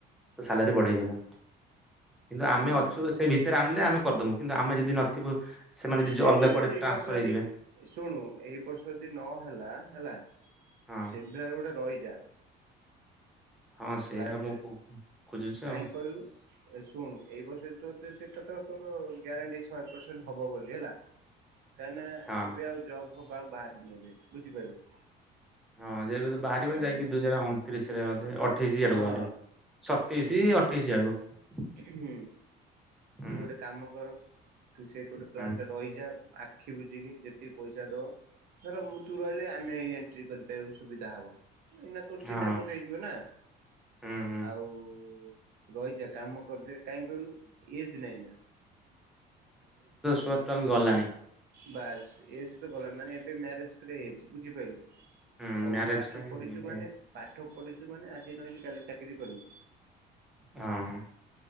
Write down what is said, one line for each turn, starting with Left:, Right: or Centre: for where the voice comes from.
Centre: ସାଲାରୀ ବଢ଼େଇ ଦେବା। କିନ୍ତୁ
Right: ହୁଁ।
Centre: ଆମେ ଅଛୁ ସେଇ ଭିତରେ ଆଣିଲେ, ଆମେ କରିଦବୁ କିନ୍ତୁ ଆମେ ଯଦି ନଥିବୁ ସେମାନେ
Right: ତୁ ଦେଖେ,
Centre: ଅଲଗା କୁଆଡେ
Right: ଯଦି ଏଇ
Centre: ଟ୍ରାନ୍ସଫର
Right: ବର୍ଷ ଯଦି
Centre: ହେଇଯିବେ
Right: ଶୁଣୁ, ଏଇ ବର୍ଷ ଯଦି ନହଲା, ହେଲା <unintelligible>
Centre: ହଁ
Right: ଗୋଟେ ରହିଯା।
Centre: ହଁ ସେଇଆ
Right: ଫ୍ଲାଟରେ,
Centre: ମୁଁ କହୁ ଖୋଜୁଛି
Right: କାହିଁ
Centre: ଆଉ
Right: କହିଲୁ ଶୁଣୁ ଏଇ ବର୍ଷ <unintelligible> ତ ତୋର ଗ୍ୟାରଣ୍ଟି ଶହେ ପରସେଣ୍ଟ ହବ ବୋଲି ହେଲା। କାହିଁକି ନାଁ
Centre: ହଁ
Right: ଏବେ ଆଉ ଜବ ହ ବା, ଆଉ <unintelligible> ଏବେ ବୁଝିପାରିଲୁ?
Centre: ହଁ, ଯେବେ ତୁ ବାହାରିବୁନି,
Right: ଆଉ
Centre: ଯାଇଁକି ଦୁଇ ହଜ ଅଣତିରିଶ। <unintelligible> ଅଠେଇଶି ୟାଡେକୁ
Right: ହଁ
Centre: ବାହାରିବୁ ସତେଇଶି ଅଠେଇଶି ଆଡକୁ
Right: ହୁଁ
Centre: ହୁଁ
Right: ତୁ ଗୋଟେ କାମ କର ତୁ ସେଇଠୁ ଗୋଟେ ପ୍ଲାଣ୍ଟ
Centre: ହୁଁ
Right: ରହିଯା ଆଖି ବୁଝିକି ଯେତିକି ପଇସା ଦବ ଧର ମୁଁ ତୁ ରହିଲେ ଆମେ ଏଣ୍ଟ୍ରି କରିବାକୁ ସୁବିଧା ହବ। ଏଇନା ତୋର
Centre: ହଁ
Right: ଚିହନା <unintelligible> ହେଯିବ ନା
Centre: ହୁଁ ହୁଁ।
Right: ଆଉ ରହିଜା କାମ କରିଦେ କାହିଁ କହିଲୁ ଏଜ ନାଇଁ ନାଁ?
Centre: ତୋର ତାହେଲେ ଗଲାଣି।
Right: ବାସ୍ ଏଜ ତ <unintelligible> ମାନେ ଏବେ ମ୍ୟାରେଜ <unintelligible> ଏଜ ବୁଝିପାରଲୁ
Centre: ହୁଁ
Right: ଆଉ
Centre: ମ୍ୟାରେଜ
Right: ପାଠ
Centre: ପାଇଁ
Right: ପଢିଛୁ
Centre: ଏଜ୍।
Right: ମାନେ ପାଠ ପଢ ଯଉମାନେ ଆଜି ନହେଲେ କାଲି ଚାକିରି କରିବୁ।
Centre: ହଁ।